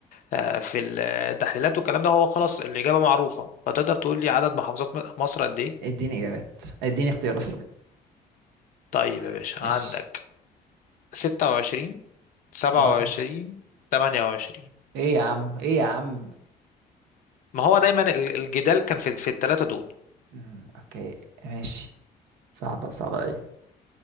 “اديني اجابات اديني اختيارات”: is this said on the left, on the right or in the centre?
Right